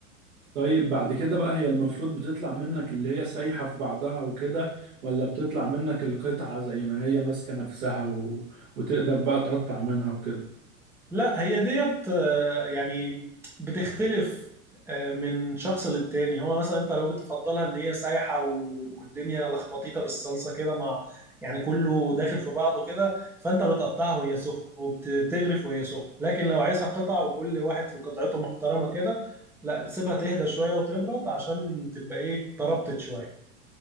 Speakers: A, on the right; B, in the centre.
A: طيب بعد كده بقى هي المفروض بتطلع منك اللي هي سايحة في بعضها وكده ولا بتطلع منك القطعة زي ما هي ماسكة نفسها و... وتقدر بقى تقطع منها وكده
B: لا هي ديت آه، يعني بتختلف آه، من شخص للتاني هو مثلا انت لو بتفضلها ان هي سايحة و- والدنيا لخبطيطة بالصلصة كده مع يعني كله داخل في بعضه كده فانت بتقطعها وهي سخنة وبتغرف وهي سخنة لكن لو عايزها قطع وكل واحد في قطعته محترمة كده لا بتسيبها تهدى شوية وتبرد عشان تبقى ايه تربطت شوية